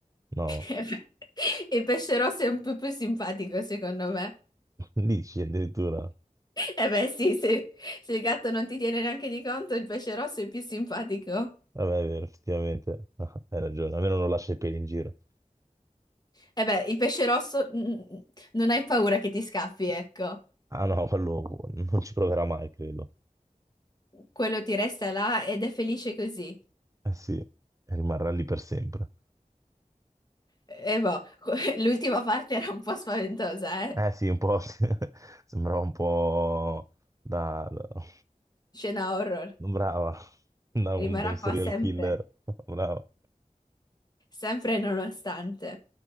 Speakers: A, on the right; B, on the left.
A: No,
B: Eh beh, Il pesce rosso è un po' più simpatico, secondo me.
A: <laughs> dici addirittura.
B: Eh beh, sì, se, se il gatto non ti tiene neanche di conto, il pesce rosso è più simpatico.
A: Vabbè, è vero, effettivamente, <laughs> hai ragione, almeno non lascia i peli in giro.
B: Eh beh, il pesce rosso mm, non hai paura che ti scappi, ecco.
A: Ah no, quello non ci proverà mai, credo.
B: Quello ti resta là ed è felice così.
A: Eh sì, rimarrà lì per sempre.
B: E boh, <laughs> l'ultima parte era un po' spaventosa, eh?
A: Eh sì, un po' sì. <laughs> Sembrava un po' da... da-
B: Scena horror.
A: Brava, da un,
B: Rimarrà
A: da un serial
B: qua sempre,
A: killer. <laughs> Brava.
B: sempre e nonostante.